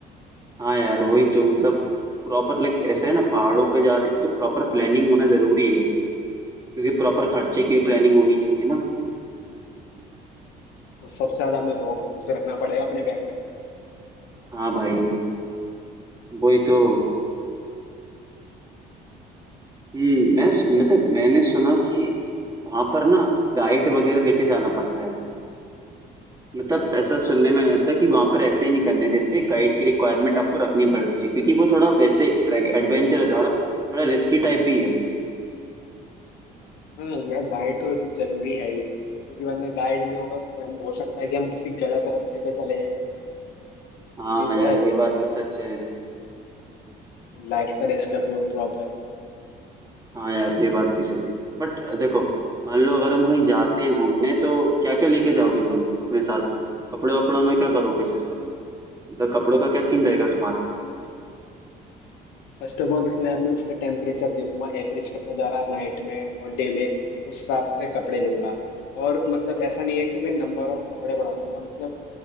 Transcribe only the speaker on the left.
तो
सबसे ज्यादा हमें रॉ फूड से रखना पड़ेगा अपने बैग में
ये
तो है।
हाँ यार गाइड तो जरूरी है ही क्योंकि वरना गाइड नहीं होगा फिर हम हो सकता है कि हम किसी गलत रास्ते पे चले जाएं
ये भी तो
है
लाइफ का रिस्क है प्रॉपर
फर्स्ट ऑफ ऑल मैं मैं उसका टेम्परेचर देखूंगा एवरेज कितना जा रहा है नाइट में और डे में उस हिसाब से कपड़े लूंगा और मतलब ऐसा नहीं है कि मैं नंबर ऑफ कपड़े बढ़ा दूंगा मतलब